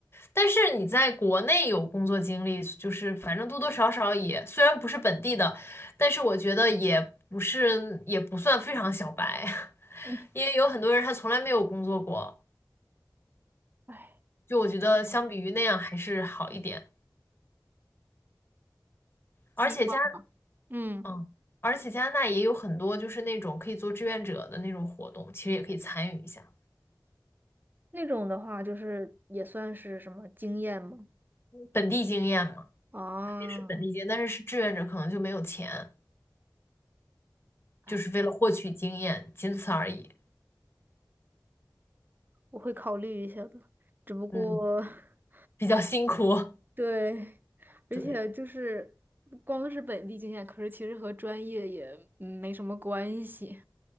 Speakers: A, on the left (about 35°); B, on the right (about 25°).
A: 但是你在国内有工作经历，就是反正多多少少也，虽然不是本地的，但是我觉得也不是，也不算非常小白，<laughs>
B: 嗯，
A: 因为有很多人他从来没有工作过。
B: 唉，
A: 就我觉得相比于那样还是好一点，
B: 有希望，
A: 而且加
B: 嗯，
A: 嗯，而且加拿大也有很多就是那种可以做志愿者的那种活动，其实也可以参与一下，
B: 那种的话，就是也算是什么经验吗？
A: 本地经验嘛，
B: 啊，
A: 肯定是本地经验，但是是志愿者可能就没有钱，
B: 唉，
A: 就是为了获取经验，仅此而已，
B: 我会考虑一下的，只不过
A: 嗯，
B: <laughs>。
A: 比较辛苦，
B: 对，而且就是不光是本地经验，
A: <laughs> 对。
B: 可是其实和专业也嗯没什么关系。